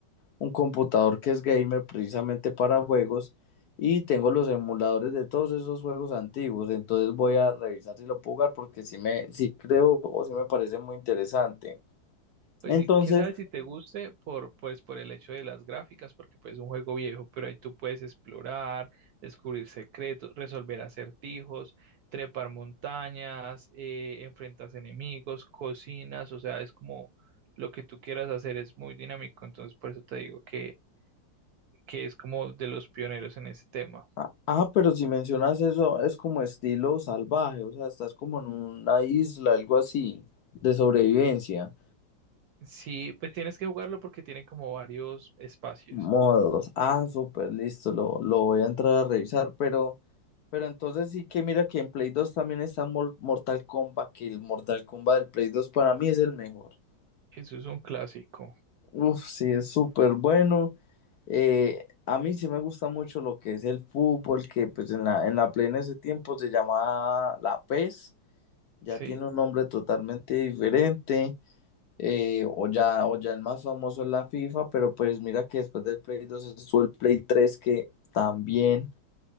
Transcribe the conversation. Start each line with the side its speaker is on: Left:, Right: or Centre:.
Left: un computador que es gamer precisamente para juegos y tengo los emuladores de todos esos juegos antiguos entonces voy a revisar si lo puedo jugar porque si me, sí creo o si me parece muy interesante.
Right: Pues
Left: Entonces...
Right: sí, quién sabe si te guste por, pues, por el hecho de las gráficas, porque pues es un juego viejo, pero ahí tú puedes explorar, descubrir secretos, resolver acertijos, trepar montañas, eh, enfrentas enemigos, cocinas, o sea, es como lo que tú quieras hacer es muy dinámico, entonces por eso te digo que, que es como de los pioneros en ese tema.
Left: Ah, ah, pero si mencionas eso, es como estilo salvaje, o sea, estás como en una isla, algo así, de sobrevivencia.
Right: Sí, pues tienes que jugarlo porque tiene como varios espacios.
Left: Modos. Ah, súper, listo, lo, lo voy a entrar a revisar, pero, pero entonces sí que mira que en Play 2 también está Mor- Mortal Kombat, que el Mortal Kombat del Play 2 para mí es el mejor.
Right: Eso es un clásico,
Left: Uf, sí, es súper bueno. Eh, a mí sí me gusta mucho lo que es el fútbol, que pues en la, en la Play en ese tiempo se llamaba la PES ya
Right: sí.
Left: tiene un nombre totalmente diferente, eh, o ya, o ya el más famoso es la FIFA, pero pues mira que después del Play dos estuvo el Play tres que también